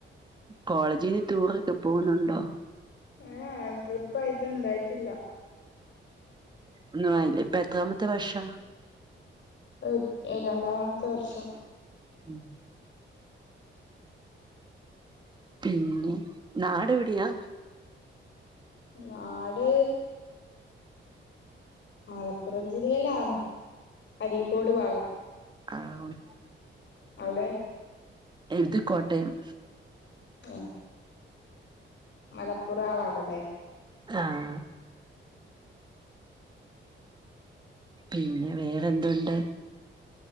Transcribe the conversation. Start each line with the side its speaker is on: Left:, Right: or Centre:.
Right: കോളേജിന് ടൂറൊക്കെ പോന്നുണ്ടോ?
Left: ഏ ട്രിപ്പ ആയിട്ട് ഇണ്ടായിട്ടില്ല.
Right: ഒന്നും ആയില്ല ഇപ്പ എത്രാമത്തെ വർഷാ?
Left: <unintelligible> ഈ രണ്ടാമത്തെ വർഷം.
Right: ഉം പിന്നെ നാടെവിടെയാ?
Left: നാട് മലപ്പുറം ജില്ലയിലാണ് അരീക്കോട് ഭാഗം.
Right: ആഹ്
Left: അവിടെ
Right: എഴുതിക്കോട്ടയം.
Left: അയെ മലപ്പുറാവാകല്ലെ?
Right: ആഹ് പിന്നെ വേറെന്തുണ്ട്?